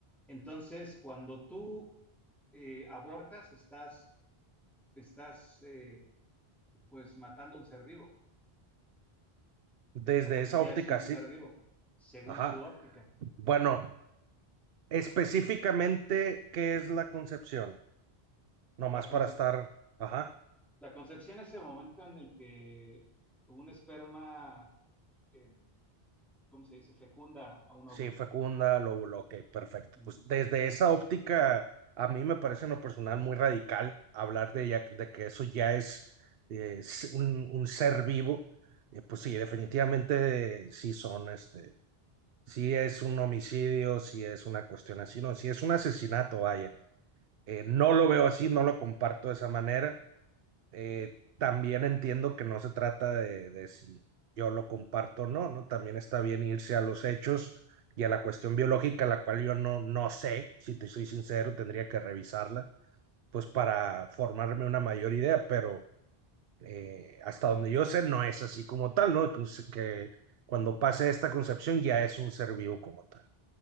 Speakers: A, in the centre; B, on the right.
A: Entonces, cuando tú eh, abortas, estás, estás eh, pues matando a un ser vivo.
B: desde
A: sea, porque
B: esa
A: ya
B: óptica
A: es un ser
B: sí.
A: vivo, según
B: Ajá.
A: su óptica.
B: Bueno, Específicamente, ¿qué es la concepción? Nomás
A: La, concep-
B: para estar, ajá,
A: la concepción es el momento en el que un esperma, eh, ¿cómo se dice?, fecunda a un
B: sí,
A: óvulo.
B: fecunda, lóbulo, ok, perfecto.
A: Mm.
B: Pues desde esa óptica, a mí me parece en lo personal muy radical hablar de, ya- de que eso ya es eh, s- un, un ser vivo. Eh, pues sí, definitivamente eh, sí son, este, sí es un homicidio, sí es una cuestión así, no, sí es un asesinato, vaya. Eh, no lo veo así, no lo comparto de esa manera. eh, también entiendo que no se trata de, de si yo lo comparto o no, ¿no? También está bien irse a los hechos y a la cuestión biológica, la cual yo no, no sé, si te soy sincero, tendría que revisarla, pues para formarme una mayor idea, pero eh, hasta donde yo sé, no es así como tal, ¿no? Que, us- que cuando pase esta concepción ya es un ser vivo como tal.